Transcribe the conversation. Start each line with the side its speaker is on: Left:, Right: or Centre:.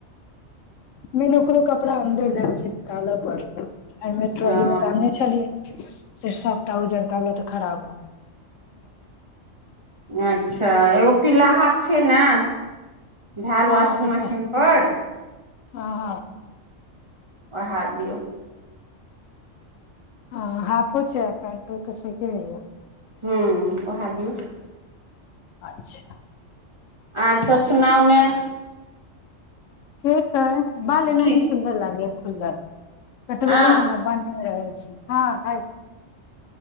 Left: मेन ओकरे कपड़ा अन्दर धैल छैक निकालऽ पड़तै एहिमे ट्रोली
Right: हँ
Left: मे तऽ आनने छलियैक से सबटा उजड़का वला तऽ खराब भय गेलय
Right: अच्छा एगो पीला हाफ छै ने धेल
Left: हँ
Right: वाशिंग
Left: ऊपर
Right: मशीन पर
Left: हँ हँ
Right: उहय दियौ
Left: हॅं हाफो छैक पेन्टो तऽ छैके होए <unintelligible>
Right: हूँ उहय दियौ
Left: अच्छा
Right: आर सभ सुनाउ‌ ने
Left: ठीक अइ। बाल ऐना
Right: ठीक
Left: ही सुन्दर लागय अछि। खुलइ <unintelligible> कटबलो
Right: आ
Left: है ने बनने रही हँ हय